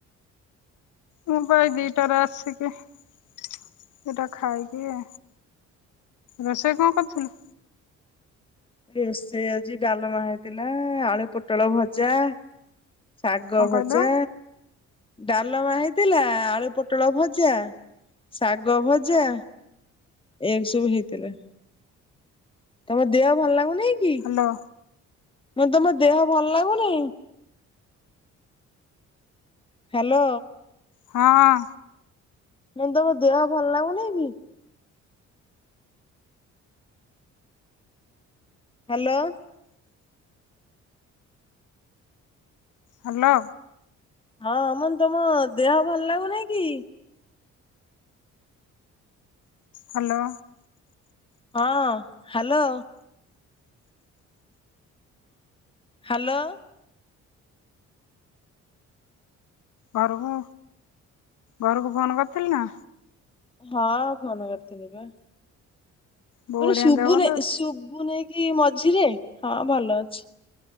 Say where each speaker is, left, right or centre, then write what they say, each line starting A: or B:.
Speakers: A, on the left; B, on the left.
A: ମୁଁ ବା ଏଇ ଦିଟାରେ ଆସିକି ଦିଟା ଖାଇକି ରୋଷେଇ କଣ କରିଥିଲୁ?
B: ରୋଷେଇ ଆଜି ଡ଼ାଲେମା ହେଇଥିଲା ଆଳୁ ପୋଟଳ ଭଜା। ଶାଗ
A: କଣ
B: ଭଜା।
A: କହିଲୁ
B: ଡ଼ାଲମା ହେଇଥିଲା ଆଳୁ ପୋଟଳ ଭଜା ଶାଗ ଭଜା। ଏମି ସବୁ ହେଇଥିଲା। ତମ ଦେହ ଭଲ ଲାଗୁନି? କି?
A: ହ୍ୟାଲୋ।
B: ମୁଁ ତମ ଦେହ ଭଲ ଲାଗୁନି? ହ୍ୟାଲୋ।
A: ହଁ।
B: ମୁଁ ତମ ଦେହ ଭଲ ଲାଗୁନେଇଁ କି? ହ୍ୟାଲୋ।
A: ହାଲୋ।
B: ହଁ ମୁଁ ତମ ଦେହ ଭଲ ଲାଗୁନେଇଁ କି?
A: ହ୍ୟାଲୋ।
B: ହଁ ହ୍ୟାଲୋ। ହ୍ୟାଲୋ
A: ଘରକୁ ଘରକୁ ଫୋନ କରିଥିଲୁ ନା?
B: ହଁ ଫୋନ କରିଥିନି ବା।
A: ବୋଉ
B: ମୁଁ କହିଲି
A: ହେରିକାଙ୍କ
B: ଶୁଭୁନେଇ
A: ଦେହ ଭଲ ଅଛି
B: ଶୁଭୁନେଇ କି ମଝିରେ ହଁ ଭଲ ଅଛି।